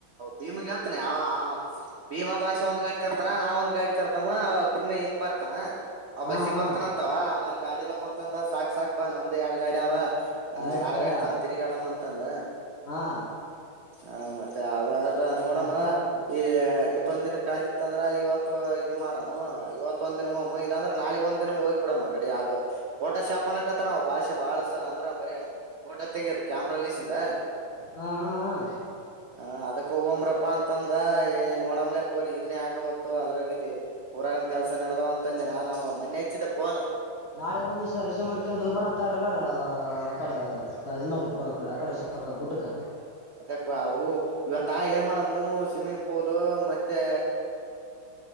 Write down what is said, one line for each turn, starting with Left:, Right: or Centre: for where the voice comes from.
Right: ಭೀಮಗ್ ಹೇತನಿ ಅವ ಭೀಮಾ ಭಾಷೆ ಒಂದ್ ಗಾಡಿ ತರ್ತಾರ ನಾವ ಒಂದ್ ಗಾಡಿ ತರ್ತಮ್ಮ ಅವ ಇನ್ನು ಹ ಹೆಂಗ ಬರ್ ಬರ್ತಾನ ಅವ
Left: ಹಾ
Right: ಬಸ್ಸಗ್
Left: ಹಾ
Right: ಬರ್ತಾನಂತವ ಅವನಲ್ಲಿ ಗಾಡಿ ಎಲ್ಲಾಪ್ಪ ಅಂತಂದ ಸಾಕಕ್ ಸಾಕ್ ಬಾ ನಮ್ದ ಎರಡ್ ಗಾಡಿ ಅವ ಆ
Left: ನಡೀತಾಗ
Right: ಎರಡ್ ಗಾಡಿ ತಗ ತಿರುಗಾಡಮ್ಮ ಅಂತಂದ
Left: ಹಾ
Right: ಹ ಮತ್ತೆ ಅಷ್ಟ ನೋಡೋಣ
Left: ನಡೀತಾಲ್
Right: ಈ ಇತ್ತೊಂದ ದಿನ ಕಾಲಿ ಇತ್ತ ಅಂದ್ರ ಇವತ್ತು ಇದು ಮಾಡಮ್ಮ ಇವತ್ ಒಂದ ದಿನ ಹೋಮ್ಮ ಇಲ್ಲಾಂದ್ರ ನಾಳಗ್ ಒಂದ್ ದಿನ ಹೋಗಿ ಬಿಡಮ್ಮ ಕಡೆ ಅ ೋಟೋ ಶಾಪ್ ಅಕತ್ತ ನಾವು ಭಾಷೆ ಬಾಳಸಲ ಅಂದ್ರ ಬರ ಊಟ ತೆೆಗೆೋದು ಕ್ಯಾಮ್ರಾ ಲೇಸಿಂದ
Left: ಹಾ ಹಾ
Right: ಹ ಅದಕ್ಕ ಓಮ್ರಪ್ಪ ಅಂತಂದ ಹ ಏ ನೋಡ್ಲಲೆ ಕೊಡಿ ಇದನ್ನೇ ಆಗವಲ್ ಅದ್ರಾಗ ಇಲ್ಲಿ ಊರಗನ್ ಕೆಲ್ಸ ನಡೆ್ದಾವ ಅಂತಂದೆ ನಾನ್ ಮನೆೆ ಹಚ್ಚಿದ್ದೆ ಫೋನ್
Left: ನಾಳಗ್ ಒಂದ್ಿವ್ಸ ರಜೆ ಮಾಡ್ಕೊಂಡ್ ಹೋಗ್ ಬರ ಅ್ತಾ ಇರಲ್ಲಾರ ಅಡೆ ತಜ್ಮಡಿ ಅಡೆ ಗುಡ್ಡುಕ
Right: ಅದಕ್ಕ ಅವು ಇವತ್ತಾ ಏನ್ ಮಾಡಮ್ಮ ಸ್ವಿಮ್ಮಿಂಗ್ ಪೂಲು ಮತ್ತೆ